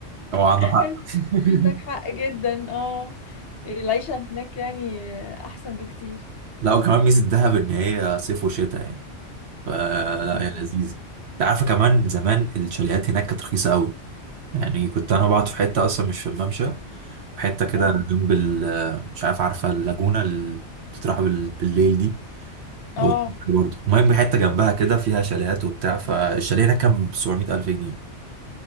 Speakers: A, on the right; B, on the left.
A: هو عنده حق
B: انت
A: <laughs>
B: عندك حق جدا اه العيشة هناك يعني احسن بكتير
A: لا وكمان ميزة دهب ان هي صيف وشتاء يعني فلا
B: بالظبط
A: هي لذيذة انت عارفة كمان زمان الشاليهات هناك كانت رخيصة قوي يعني كنت انا بقعد في حتة اصلا مش في الممشى حتة كده
B: اه
A: جنب ال مش عارف عارفة اللاجونة اللي بتتراح بال- بالليل دي
B: اه
A: او الصبح برضه المهم حته جنبها كده فيها شاليهات وبتاع فالشاليه هناك كان ب 700 الف جنيه